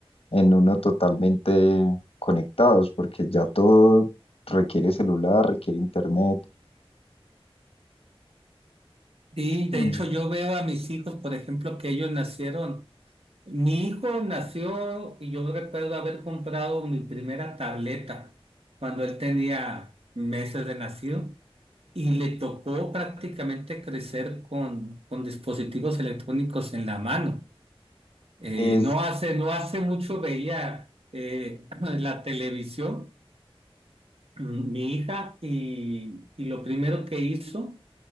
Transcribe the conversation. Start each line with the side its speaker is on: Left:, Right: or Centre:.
Left: en uno totalmente conectados, porque ya todo requiere celular, requiere internet.
Right: Y de
Left: Mm.
Right: hecho yo veo a mis hijos, por ejemplo, que ellos nacieron Mi hijo nació y yo recuerdo haber comprado mi primera tableta cuando él tenía meses de nacido y le tocó prácticamente crecer con, con dispositivos electrónicos en la mano. Eh,
Left: Es,
Right: no hace, no hace mucho veía eh, <clears throat> la televisión, mm, mi hija, y, y lo primero que hizo,